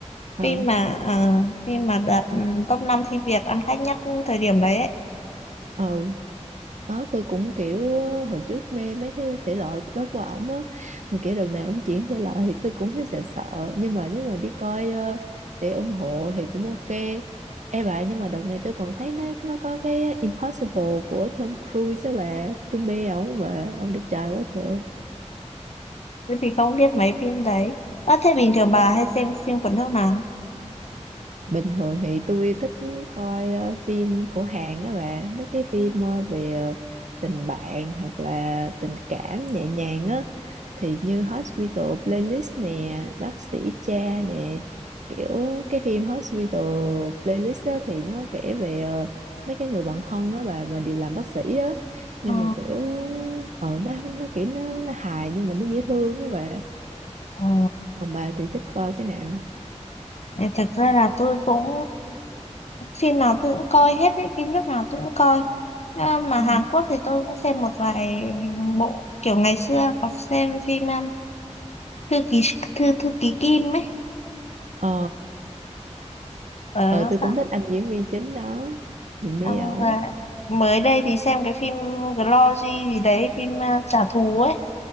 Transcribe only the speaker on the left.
Phim mà à, phim mà đạt top 5 phim Việt ăn khách nhất thời điểm đấy ấy.
Tôi thì không biết mấy phim đấy. À, thế bình thường bà hay xem phim của nước nào?
Ờ,
ờ.
Ờ, Thật ra là tôi cũng phim nào tôi cũng coi hết ấy, phim nước nào tôi cũng coi. À, mà
Hàn Quốc thì tôi cũng xem một vài bộ kiểu ngày xưa có xem phim um, thư ký thư thư ký Kim ấy
ở
sao
xong
rồi mới đây thì xem cái phim Glory gì đấy phim uh, trả thù ấy